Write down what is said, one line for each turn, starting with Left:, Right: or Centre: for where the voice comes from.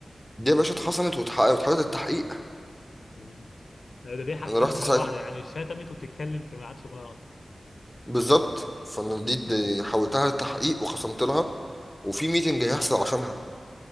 Centre: دي يا باشا اتخصمت واتحقق- واتحولت للتحقيق
Left: بقى ده ده دي حاجتين
Centre: انا رحت
Left: في حاجه
Centre: ساعتها
Left: واحده يعني شتمت وبتتكلم في ميعاد شغلها اصلا
Centre: <laughs> بالظبط فانا دي
Left: مم.
Centre: دي حولتها للتحقيق وخصمت لها وفي ميتنج هيحصل عشانها